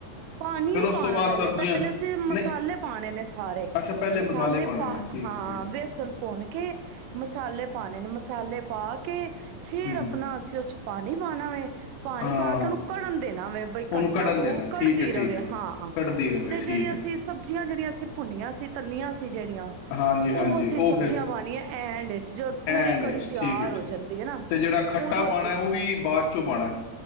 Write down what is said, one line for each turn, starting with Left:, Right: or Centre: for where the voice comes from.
Right: ਪਾਣੀ
Left: ਫਿਰ
Right: ਨੀ
Left: ਉਸ
Right: ਪਾਉਣਾ,
Left: ਤੋਂ ਬਾਅਦ
Right: ਪਹਿਲੇ
Left: ਸਬਜ਼ੀਆਂ
Right: ਪਹਿਲੇ ਅਸੀਂ ਮਸਾਲੇ
Left: ਨਹੀਂ
Right: ਪਾਉਣੇ ਨੇ ਸਾਰੇ
Left: ਅੱਛਾ ਪਹਿਲੇ
Right: ਮਸਾਲੇ
Left: ਪਾਉਣੇ
Right: ਪਾ
Left: ਨੇ ਠੀਕ
Right: ਹਾਂ,
Left: ਹੈ ਠੀਕ
Right: ਬੇਸਣ ਭੁੰਨ ਕੇ ਮਸਾਲੇ ਪਾਣੇ ਨੇ ਮਸਾਲੇ ਪਾ ਕੇ ਫੇਰ
Left: ਹੂੰ
Right: ਆਪਣਾ, ਅਸੀਂ ਉਹ ਚ ਪਾਣੀ ਪਾਣਾ ਵੇ ਪਾਣੀ
Left: ਹਾਂ
Right: ਪਾ ਕੇ, ਉਹਨੂੰ ਕੜਨ ਦੇਣਾ ਵੇ,
Left: ਉਹਨੂੰ
Right: ਘੰਟਾ,
Left: ਕੱਢਣ
Right: ਦੋ
Left: ਦੇਣਾ
Right: ਕੜਦੀ
Left: ਠੀਕ ਹੈ
Right: ਰਵੇ
Left: ਠੀਕ ਹੈ
Right: ਹਾਂ।
Left: ਕੱਢਦੀ ਰਹੇ
Right: ਤੇ
Left: ਠੀਕ
Right: ਜਿਹੜੀ
Left: ਹੈ
Right: ਅਸੀਂ
Left: ਠੀਕ
Right: ਸਬਜ਼ੀਆਂ ਜਿਹੜੀਆਂ ਅਸੀਂ ਭੁੰਨੀਆਂ ਸੀ ਤੱਲੀਆਂ ਸੀ ਜਿਹੜੀਆਂ,
Left: ਹਾਂਜੀ
Right: ਉਹ
Left: ਹਾਂਜੀ
Right: ਅਸੀਂ ਸਬਜ਼ੀਆਂ
Left: ਫਿਰ
Right: ਪਾਣੀਏ। ਐਂਡ ਜਦ, ਪੂਰੀ
Left: ਐਂਡ
Right: ਕੜੀ
Left: ਵਿੱਚ
Right: ਤਿਆਰ
Left: ਠੀਕ ਹੈ
Right: ਹੋ
Left: ਠੀਕ
Right: ਜਾਂਦੀ ਹੈ। ਨਾ
Left: ਤੇ ਜਿਹੜਾ ਖੱਟਾ
Right: ਉਦੋਂ ਅਸੀਂ
Left: ਪਾਉਣਾ ਉਹ
Right: ਨਾ,
Left: ਵੀ ਬਾਅਦ ਚੋਂ ਪਾਉਣਾ